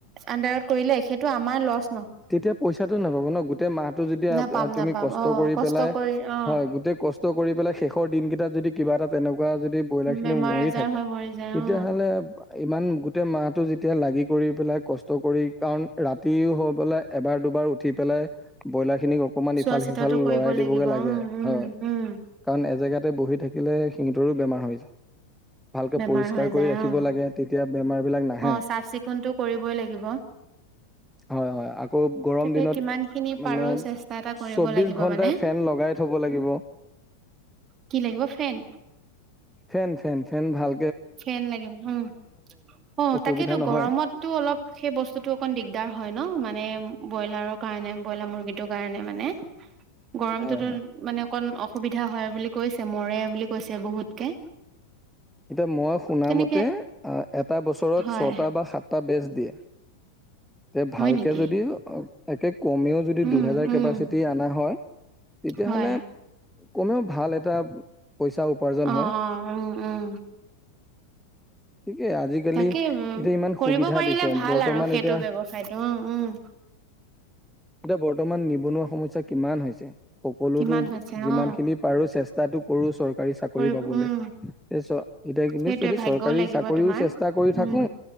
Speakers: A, on the right; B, in the centre.
A: আডাৰত কৰিলে সেইটো আমাৰ লচ।
B: তেতিয়া পইচাটো নাপাব ন গোটেই মাহটো যেতিয়া
A: নাপাম
B: তুমি
A: নাপাম
B: কষ্ট
A: অ
B: কৰি
A: কষ্ট
B: পেলাই
A: কৰি অ
B: হয়। গোটেই কষ্ট কৰি পেলাই শেষৰ দিনকেইটাত যদি কিবা? এটা তেনেকুৱা যদি ব্ৰইলাৰ খিনি
A: বেমাৰ
B: মৰি
A: আজাৰ
B: থাকে
A: হৈ মৰি যায়
B: তেতিয়াহলে
A: অ
B: ইমান গোটেই মাহটো যেতিয়া লাগি কৰি পেলাই কষ্ট কৰি কাৰণ ৰাতিও হওক। লে এবাৰ দুবাৰ উঠি পেলাই ব্ৰইলাৰ খিনিক অকমান
A: চোৱা
B: ইফাল
A: চিতাটো
B: সিফাল
A: কৰিব
B: লৰাই দিবগে
A: লাগিব
B: লাগে
A: উম উম
B: হয়
A: উম
B: কাৰণ এজেগাতে বহি থাকিলে সিহটোৰো বেমাৰ হৈ যায়। ভালকে
A: বেমাৰ
B: পৰিষ্কাৰ
A: হৈ
B: কৰি
A: যায়
B: ৰাখিব
A: অ
B: লাগে তেতিয়া বেমাৰ বিলাক নাহে
A: অ চাফ চিকুণটো কৰিবই লাগিব
B: হয় হয়। আকৌ গৰম
A: তাকে
B: দিনত
A: কিমান খিনি পাৰো
B: মানে
A: চেষ্টা এটা কৰিব
B: চৌবিছ
A: লাগিব
B: ঘণ্টাই
A: মানে
B: ফেন লগাই থ'ব লাগিব।
A: কি লাগিব ফেন
B: ফেন, ফেন, ফেন ভাল।
A: ফেন লাগিব উম, অ,
B: অসুবিধা
A: তাকেইতো
B: নহয়।
A: গৰমতটো অলপ সেই বস্তুটো অকণ দিগদাৰ হয় ন, মানে? ব্ৰইলাৰৰ কাৰণে ব্ৰইলাৰ মুৰ্গীটোৰ কাৰণে মানে গৰমটোতো
B: হয় হয়।
A: মানে অকণ অ। অসুবিধা হয় বুলি কৈছে মৰে বুলি কৈছে বহুতকে।
B: এতিয়া মই শুনা
A: তেনেকে
B: মতে অ, এটা বছৰত
A: হয়
B: ছটা বা সাতটা বেচ। দিয়ে। তে
A: হয়
B: ভালকে
A: নেকি
B: যদি একে কমেও যদি
A: উম
B: দুহেজাৰ
A: উম
B: কেপাচিটি অনা হয়, তেতিয়াহ'লে?
A: হয়
B: কমেও ভাল এটা। পইচা উপাৰ্জন
A: অ
B: হয়
A: অ উম উম
B: ঠিকে আজিকালি
A: তাকেই উম
B: এতিয়া ইমান
A: কৰিব
B: সুবিধা
A: পাৰিলে
B: দিছে
A: ভাল
B: বৰ্তমান
A: আৰু সেইটো
B: এতিয়া
A: ব্যৱসায়টো উ উম।
B: এতিয়া বৰ্তমান নিবনুৱা সমস্যা কিমান হৈছে। সকলোতো
A: কিমান হৈছে
B: যিমান
A: অ
B: খিনি পাৰো চেষ্টাতো কৰো চৰকাৰী, চাকৰি
A: কৰিব
B: পাবলৈ।
A: উম
B: <unintelligible> কিন্তু
A: সেইটোৱে
B: যদি
A: ভাগ্যও
B: চৰকাৰী,
A: লাগিব
B: চাকৰিও
A: তোমাৰ
B: চেষ্টা কৰি
A: উম
B: থাকো।